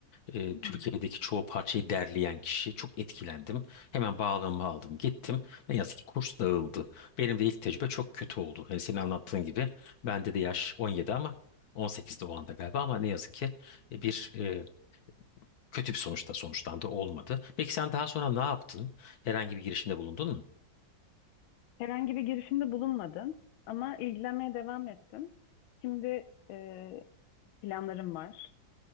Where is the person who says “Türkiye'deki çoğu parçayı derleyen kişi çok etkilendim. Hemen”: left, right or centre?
Left